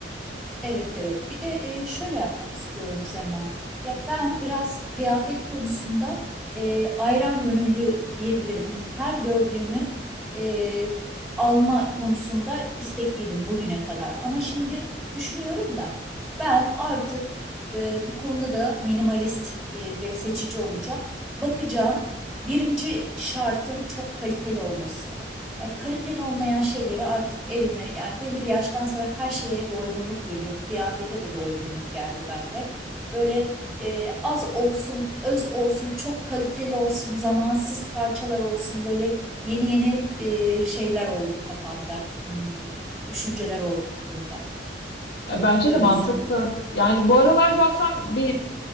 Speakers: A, in the centre; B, on the left (about 65°).
A: Evet evet. Bir de e, şöyle yapmak istiyorum Sema. Ya ben biraz kıyafet konusunda e, ayran gönüllü diyebilirim. Hani her gördüğümü e, alma konusunda istekliydim bugüne kadar. Ama şimdi düşünüyorum da ben artık e, bu konuda da minimalist e, ve seçici olacağım. Bakacağım. Birinci şartım çok kaliteli olması. E, kaliteli olmayan şeyleri artık evime yani belli bir yaştan sonra her şeye doygunluk geliyor. Kıyafete de doygunluk geldi bende. Böyle e, az olsun, öz olsun, çok kaliteli olsun, zamansız parçalar olsun böyle yeni yeni e, şeyler oldu kafamda. Hmm, düşünceler oldu bu konuda.
B: E, Bence
A: Öyle
B: de mantıklı.
A: istiyorum.
B: Yani bu aralar zaten bir